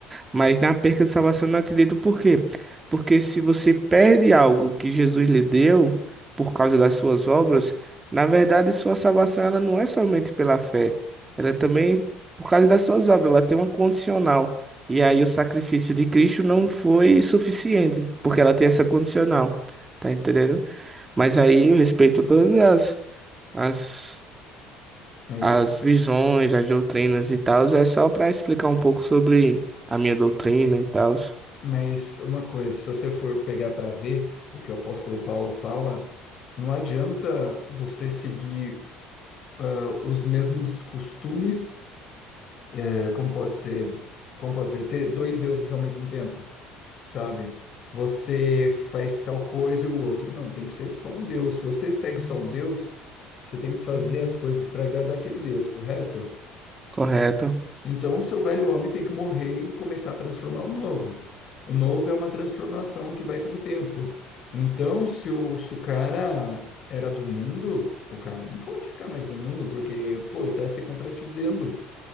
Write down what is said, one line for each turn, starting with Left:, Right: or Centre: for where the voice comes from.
Right: Mas na perca de salvação eu não acredito por quê? Porque se você perde algo que Jesus lhe deu por causa das suas obras, na verdade sua salvação ela não é somente pela fé, ela é também por causa das suas obras, ela tem uma condicional. E aí o sacrifício de Cristo não foi suficiente, porque ela tem essa condicional, tá entendendo? Mas aí eu respeito todas as, as,
Left: Mas.
Right: as visões, as doutrinas e tal, é só para explicar um pouco sobre a minha doutrina e tal.
Left: Mas uma coisa, se você for pegar para ver o que o apóstolo Paulo fala, não adianta você seguir ah, os mesmos costumes, eh, como pode ser, como pode ser, ter dois deuses ao mesmo tempo, sabe? Você faz tal coisa e o outro. Não, tem que ser só um Deus. Se você segue só um Deus, você tem que fazer as coisas para agradar aquele Deus, correto?
Right: Correto?
Left: Então, o seu velho homem tem que morrer e começar a transformar o novo. O novo é uma transformação que vai com o tempo. Então, se o, se o cara era do mundo, o cara não pode ficar mais no mundo, porque, pô, ele tá se contradizendo,